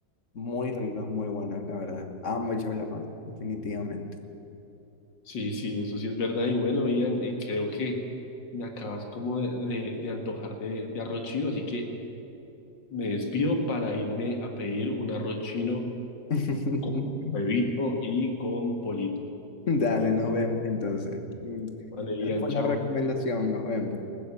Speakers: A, on the left (about 45°); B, on the left (about 85°).
A: muy rico, es muy bueno, la verdad. Amo el chablafán, definitivamente.
B: Sí, sí, eso sí es verdad. Y bueno, Ian, eh, creo que me acabas como de, de- de antojar de, de arroz chino, así que me despido para irme a pedir un arroz chino
A: <laughs>
B: con huevito y con pollito.
A: Dale, nos vemos entonces. Mm,
B: Vale, Ian, chao.
A: Buena recomendación, nos vemos.